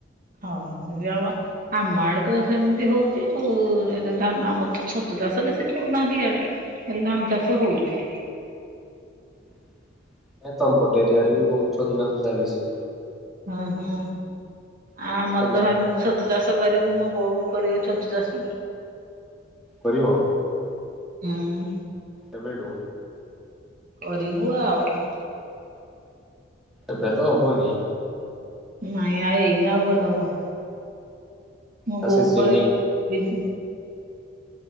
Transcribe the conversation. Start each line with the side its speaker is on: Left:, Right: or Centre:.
Right: ହଁ, ଯଦି ହବ ଆମ ଆଡ଼େତ ସେମିତି ହଉଚି ହଉ ଏରେ ଧାନ ଆମରତ ଛତୁ ଚାଷ ବେଶୀ କରୁନାହାନ୍ତି ଇଆଡ଼େ। ଖାଲି ଧାନ ଚାଷ ହଉଚି।
Centre: ନାଇଁ ତମପଟେ
Right: ହଁ
Centre: ଏରିଆରେବି ବହୁତ୍ ଛତୁ ଚାଷ ଚାଲିଚି।
Right: ହୁଁ ହୁଁ
Centre: କାମାକ୍ଷା
Right: ଆମରତ
Centre: ଲାଇନ
Right: ଭାବି ଛତୁ ଚାଷ କରିବୁ ମୋ ବୋଉ କରିବ ଛତୁ ଚାଷ।
Centre: କରିବ?
Right: ହୁଁ।
Centre: କେବେଠୁ
Right: କରିବୁ ଆଉ
Centre: ଏବେ ତ ହବନି।
Right: ନାଇଁ ଆଉ ଏଇନି ଆଉ କୁଆଡୁ ହବ। ମୁଁ
Centre: ତା
Right: ବୋଉ
Centre: ସିଜିନି
Right: କରି ଫ୍ରେଜ୍